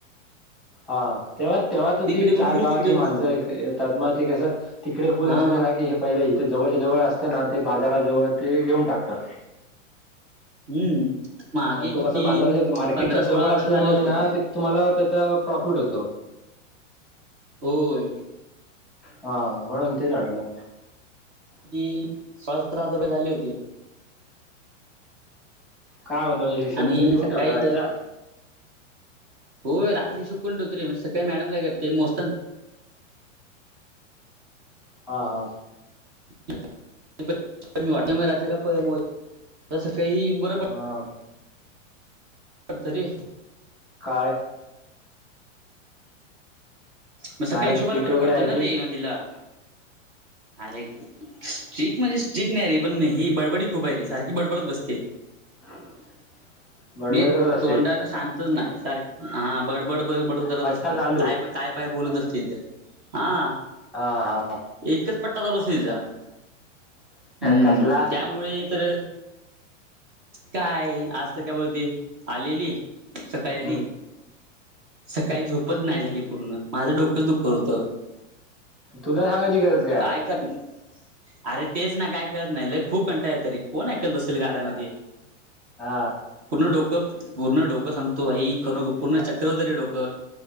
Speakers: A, in the centre; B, on the right.
A: हा तेव्हा तेव्हा तर
B: तिकडे
A: ती
B: पण
A: चार
B: फुल
A: गावातली
B: तिकडे पण
A: माणसं
B: फुल
A: त्याात मती कसं. तिकडे फुल
B: हा
A: असले ना की हे पहिले इथे जवळच्या जवळ असते ना ते बाजाराजवळ ते घेऊन टाकतात.
B: हम्म. <inaudible>
A: आणि
B: किती
A: तो कसा बाजाराच्या मार्केटच्या
B: पंधरा सोळा
A: जवळ
B: हजार
A: असल्यामुळे
B: झाले होते
A: ना ते तुम्हाला त्याचा प्रॉफिट होतो.
B: होय.
A: हा म्हणून तेच वाटलं.
B: की सोळा सतरा हजार रुपये झाली होती.
A: काय म्हण तो हिशोब
B: आणि
A: तुम्ही लिहून
B: सकाळी
A: ठेव का त्याचा.
B: हो रात शोक कोून दोते म्हणजे सकाळी मॅडम काय करते मोजताना.
A: हा हा.
B: वाटते म र्रीला <unintelligible> जसं काही बरं
A: हा
B: पडडत
A: मग
B: रे <unintelligible>
A: काय?
B: मग सकाळी
A: मॅडम
B: हिशोबाला
A: स्ट्रिक्ट
B: बरं
A: वगैरे
B: पडतं
A: आहे की
B: ना ते तिला
A: <inaudible>
B: अरे एक. स्ट्रिक म्हणजे स्ट्रिक नाही रे पण ही बडबडी खूप आहे रे सारखी बडबडत बसते.
A: <inaudible>
B: मी
A: करत असते
B: तोंडाला शांतच नाय सारख हा बडबड बडबडब करत
A: पट्टा
B: असते.
A: चालू
B: काय काय बोलत असते त्या हा.
A: हा हा.
B: एकच पट्टा चालू असत तिचा हम्म
A: कसला
B: त्यामुळे तर काय आज तर का बती आलेली सकाळी आली.
A: हम्म
B: सकाळी झोपच नाही झाली पूर्ण माझं डोकंच दुख होत.
A: तुला सांगायची गरज
B: काय करत अरे तेच ना काय करत नाही लय खूप कंटाळा येतो रे. कोण ऐकत बसील गारान
A: हा
B: ते
A: हा
B: पूर्ण डोकं पूर्ण डोकं सांगतो भाई खर पूर्ण चक्र होत डोकं.